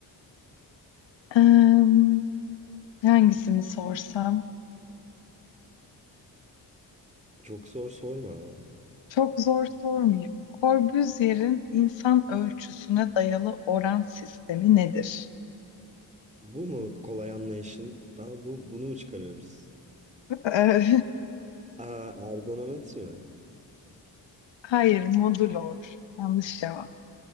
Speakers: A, on the left (about 70°); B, on the right (about 15°).
A: Eee, hangisini sorsam?
B: Çok zor sorma ama.
A: Çok zor sormayayım. Corbusier'in insan ölçüsüne dayalı oran sistemi nedir?
B: Bu mu kolay anlayışından bu, bunu mu çıkarıyoruz?
A: Ee,
B: Aa, ergonometri mi?
A: <laughs> Hayır, modulor. Yanlış cevap.